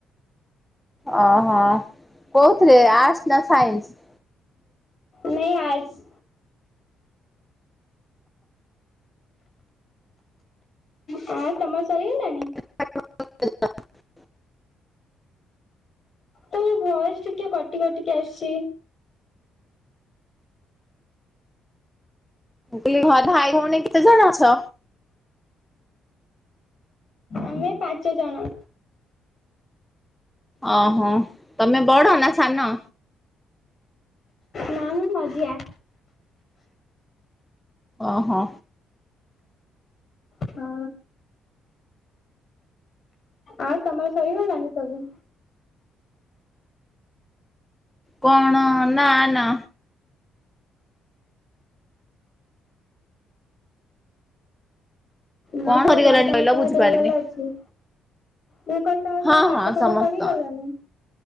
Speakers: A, in the centre; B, on the left.
A: ଓହୋ କୋଉଥିରେ ଆର୍ଟସ ନା ସାଇନ୍ସ।
B: ନାଇ ଆର୍ଟ୍ସ। ହଁ ତମର ସରିଗଲାଣି।
A: <unintelligible>
B: ତ ବୟସ ଟିକେ କଟି କଟିକି ଆସିଛି।
A: ଘ ଭାଇ ଭନେ କେତେଜଣ ଅଛ।
B: ଆମେ ପାଞ୍ଚ ଜଣ।
A: ଓହୋ ତମେ ବଡ ନା ସାନ।
B: ନା ମୁଁ ମଝିଆ
A: ଓହୋ
B: ହଁ ଆଉ ତମର ଶରିଗଲାଣି ସବୁ
A: କଣ ନା ନା
B: ନା
A: କଣ
B: ତମ
A: ସରିଗଲାଣି
B: ଘରେ ସମସ୍ତଙ୍କ
A: କହିଲ ବୁଝିପାରିନି।
B: ଦେହ ଭଲ ଅଛି ମୁଁ କହିଲି ତମର ସବୁ
A: ହଁ
B: ପାଠ
A: ହଁ
B: ପଢା
A: ସମସ୍ତ
B: ସରିଗଲାଣି?